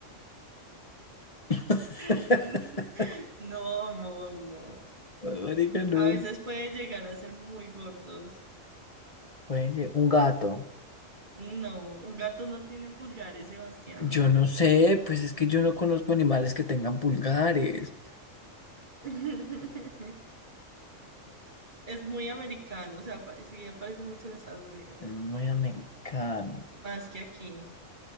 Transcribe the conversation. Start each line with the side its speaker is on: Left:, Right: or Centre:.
Left: <laughs>
Right: <laughs> No, amor, no.
Left: Marica, no.
Right: A veces puede llegar a ser muy gordos.
Left: Oye, un gato.
Right: No, un gato no tiene pulgares, Sebastián.
Left: Yo no sé, pues es que yo no conozco animales que tengan pulgares.
Right: <laughs> Es muy americano, o sea, pare- sí aparece mucho en Estados Unidos,
Left: Muy americano.
Right: más que aquí.